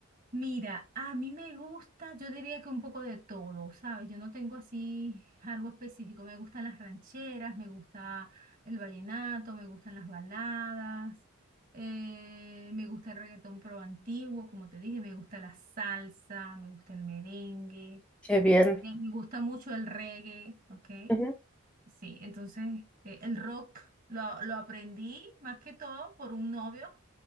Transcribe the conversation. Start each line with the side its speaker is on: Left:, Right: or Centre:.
Right: Mira, a mí me gusta, yo diría que un poco de todo, ¿sabes? Yo no tengo así algo específico. Me gustan las rancheras, me gusta el vallenato, me gustan las baladas, eh, me gusta el reggaetón pro antiguo, como te dije, me gusta la salsa, me gusta el merengue,
Centre: Qué bien.
Right: eh, me gusta mucho el reggae, ¿ok?
Centre: Ujú.
Right: Sí, entonces eh, el rock lo, lo aprendí más que todo por un novio,